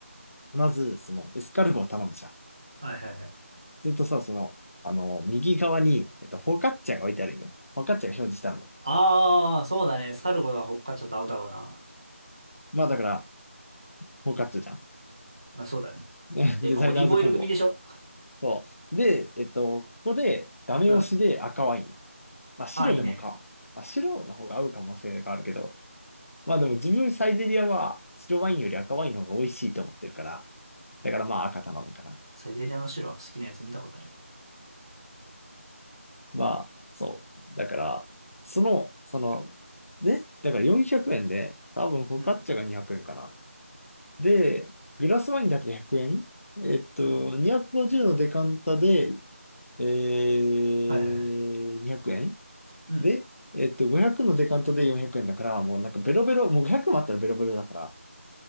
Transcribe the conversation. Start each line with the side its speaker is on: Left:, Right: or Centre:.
Left: まず、その、エスカルゴを頼むじゃん。
Right: はいはいはい。
Left: するとさ、その、あの、右側に、えっと、フォカッチャが置いてあるんよ。フォカッチャが表示したの。
Right: ああ、そうだね。スカルゴがほっかちょっと合うだろうな。
Left: まあ、だから、フォカッチャじゃん。
Right: まあそうだね。
Left: <laughs> ねデザイナーズコンボ。
Right: だって、まあオリーブオイル組でしょ
Left: そう。で、えっと、ここで、ダメ押しで赤ワイン。
Right: うん。あ
Left: まあ、白でもか。
Right: あ、いいね。
Left: まあ、白の方が合う可能性があるけど、まあでも自分サイゼリアは白ワインより赤ワインの方が美味しいと思ってるから、だからまあ赤頼むかな。
Right: サイゼリアの白は好きなやつ見たことない。
Left: まあ、そう。だから、その、その、で、だから400円で、多分フォカッチャが200円かな。
Right: うん。
Left: で、グラスワインだけ100円えんえっと、
Right: うん。
Left: 250のデカンタで、えー、
Right: はいはいはい。
Left: 200円
Right: うん。
Left: で、えっと、500のデカンタで400円だから、もうなんかベロベロ、もう500もあったらベロベロだから。